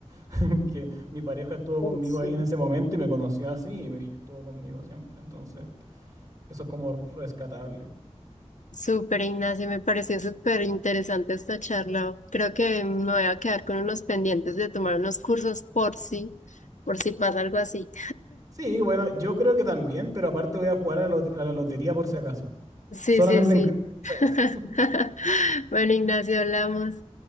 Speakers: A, on the right; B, on the left.
A: <laughs> que mi pareja estuvo
B: Pues,
A: conmigo
B: sí.
A: ahí en ese momento y me conoció así y, me- y estuvo conmigo siempre. Entonces, eso es como rescatable.
B: Súper, Ignacio, me pareció súper interesante esta charla. Creo que me voy a quedar con unos pendientes de tomar unos cursos por si, por si pasa algo así.
A: Sí, bueno, yo creo que también, pero aparte voy a jugar a, la lot- a la lotería por si acaso.
B: Sí,
A: Solamente
B: sí, sí.
A: en caso.
B: <laughs> Bueno, Ignacio, hablamos.